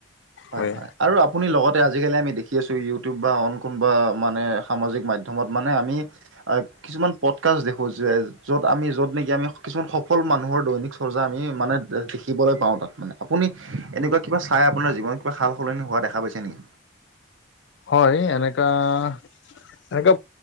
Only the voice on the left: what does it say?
হয়
হয়। এনেকা-এনেকা